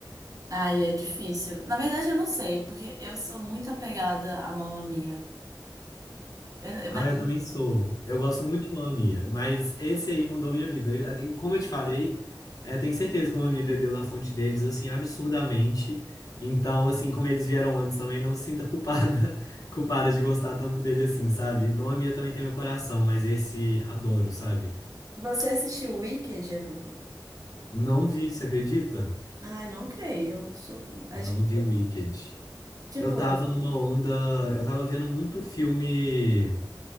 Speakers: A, on the right (about 45°); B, on the left (about 50°).
A: Ai, é difícil. Na verdade, eu não sei, porque eu sou muito apegada à Mamma Mia. Eu- eu-
B: Ah,
A: mas-
B: eu também sou. Eu gosto muito de Mamma Mia, mas esse aí mudou minha vida. Eu- tenho- Como eu te falei, é, tenho certeza que o Mamma Mia bebeu da fonte deles, assim, absurdamente. Então, assim, como eles vieram antes também, não se sinta culpada, <laughs> culpada de gostar tanto dele assim, sabe? Mamma Mia também tem meu coração, mas esse adoro, sabe?
A: Você assistiu Wicked, amigo?
B: Não vi, você acredita?
A: Ai, não creio. Sou- acho
B: Não
A: que,
B: vi Wicked.
A: tipo,
B: Eu tava numa onda. Eu tava vendo muito filme